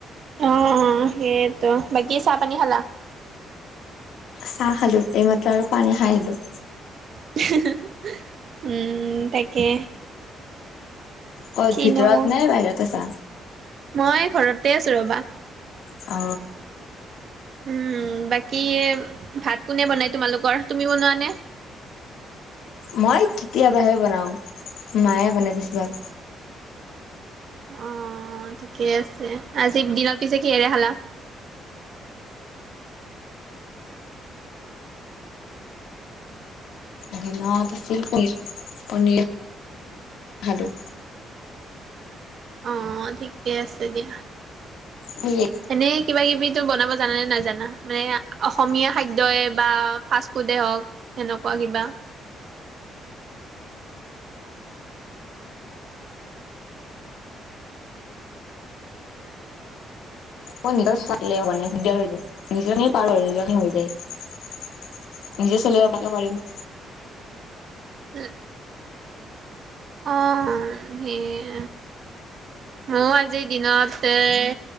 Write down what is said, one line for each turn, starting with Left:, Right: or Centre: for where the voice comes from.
Right: অ অ সেইটো বাকী চাহ পানী খালা?
Left: চাহ খালো এইমাত্ৰ আৰু পানী খাই আহিলো।
Right: হি হি হি উম তাকে
Left: ক'ত
Right: কিনো
Left: ভিতৰত
Right: কও
Left: নে বাহিৰত আছা
Right: মই ঘৰতে আছো ৰবা।
Left: অ
Right: উম বাকী ভাত কোনে বনাই তোমালোকৰ তুমি বনোৱা নে?
Left: মই কেতিয়াবাহে বনাও মায়ে বনাই বেছি ভাগ।
Right: অ ঠিকে আছে আজি দিনত পিছে কিহেৰে খালা?
Left: দিনত আছিল পনীৰ পনীৰ খালো।
Right: অ ঠিকে আছে দিয়া।
Left: নেকি
Right: এনে কিবা কিবি টো বনাব জানানে নাজানা মানে অসমীয়া খাদ্যই বা ফাষ্ট-ফুডে হওক সেনকুৱা কিবা
Left: মই নিজৰ <unintelligible> হোৱা নাই দিগদাৰ হৈ নিজৰখিনি পাৰো আৰু নিজৰখিনি হৈ যায় নিজে চলিব পৰাকে পাৰিম।
Right: উম অ সেয়ে মইআজিৰ দিনত এ